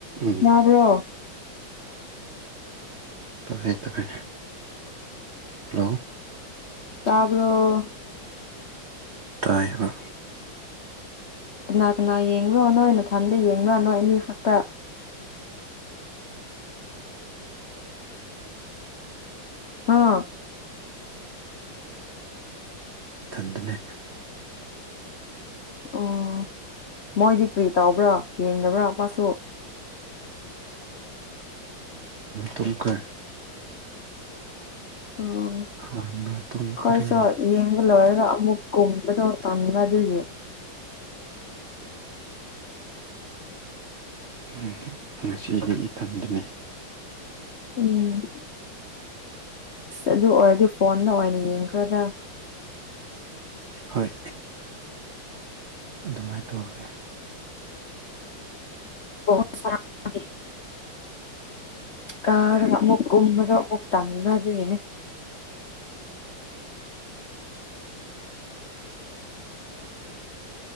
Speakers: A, on the right; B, on the left.
A: ꯎꯝ
B: ꯇꯥꯕ꯭ꯔꯣ
A: ꯇ ꯍꯦ ꯇ ꯍꯦ ꯍꯜꯂꯣ
B: ꯇꯥꯕ꯭ꯔꯣ
A: ꯇꯥꯏ ꯍꯥꯏꯕ
B: ꯀꯅꯥ ꯀꯅꯥ ꯌꯦꯡꯕ꯭ꯔꯣ ꯅꯣꯏ ꯅꯊꯟꯗ ꯌꯦꯡꯕ꯭ꯔꯥ ꯅꯣꯏ ꯑꯅꯤ ꯈꯛꯇ ꯍ
A: ꯏꯊꯟꯗꯅꯦ
B: ꯑꯣ ꯃꯣꯏꯗꯤ ꯀꯔꯤ ꯇꯥꯎꯕ꯭ꯔꯥ ꯌꯦꯡꯗꯕ꯭ꯔꯣ ꯃꯥꯁꯨ
A: ꯇꯨꯝꯈꯔꯦ
B: ꯑꯣ
A: ꯍꯥꯟꯅ ꯇꯨꯝꯈ꯭ꯔꯦ
B: ꯈꯣꯏꯁꯣ ꯌꯦꯡ ꯂꯣꯏꯔꯒ ꯑꯃꯨꯛ ꯀꯨꯝꯕꯗꯣ ꯇꯟꯕ ꯑꯗꯨꯒꯤ
A: ꯍꯦꯡ ꯉꯁꯤꯗꯤ ꯏꯊꯟꯗꯨꯅꯤ
B: ꯎꯝ ꯑꯗꯨ ꯑꯣꯏꯔꯗꯤ ꯐꯣꯟꯅ ꯑꯣꯏꯅ ꯌꯦꯡꯈ꯭ꯔꯗ
A: ꯍꯣꯏ ꯑꯗꯨꯃꯥꯏꯅ ꯇꯧꯔꯒꯦ
B: ꯣ ꯁꯔꯥꯦ ꯀꯥꯔꯒ ꯑꯃꯨꯛ ꯀꯨꯝꯕꯒ ꯑꯃꯨꯛ ꯇꯪꯕ ꯑꯗꯨꯒꯤꯅꯦ